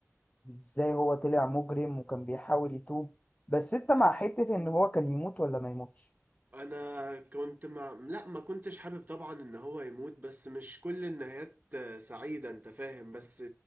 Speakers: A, on the left; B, on the right.
A: وإزاي هو طلع مجرم وكان بيحاول يتوب بس أنت مع حتة إن هو كان يموت ولا ما يموتش
B: انا كنت مع لا ما كنتش حابب طبعا ان هو يموت بس مش كل النهايات آه، سعيدة انت فاهم بس